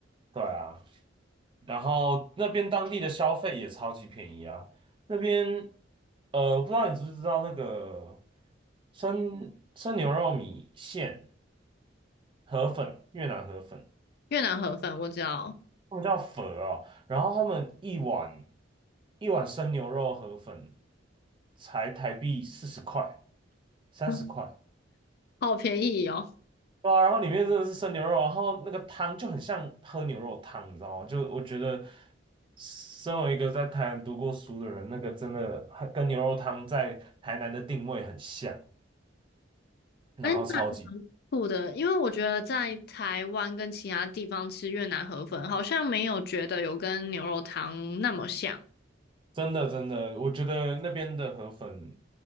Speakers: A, on the right; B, on the left.
A: 对啊，然后那边当地的消费也超级便宜啊。那边，呃，不知道你知不知道那个生生牛肉米线河粉，越南河粉，
B: 越南河粉我知道，
A: 他们叫粉啊，然后他们一碗一碗生牛肉河粉才台币四十块、三十块。
B: 嗯，好便宜哦。
A: 对啊，然后里面真的是生牛肉，然后那个汤就很像喝牛肉汤，你知道吗？就我觉得，身为一个在台南读过书的人，那个真的很跟牛肉汤在台南的定位很像，然后超级
B: 哎，那苦的，因为我觉得在台湾跟其他地方吃越南河粉，好像没有觉得有跟牛肉汤那么像。
A: 真的真的，我觉得那边的河粉，